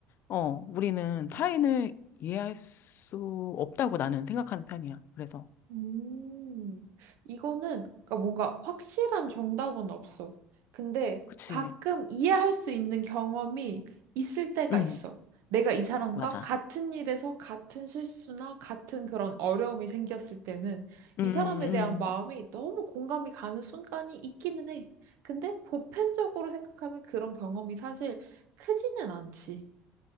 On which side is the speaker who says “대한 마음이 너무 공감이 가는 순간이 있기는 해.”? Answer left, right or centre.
Right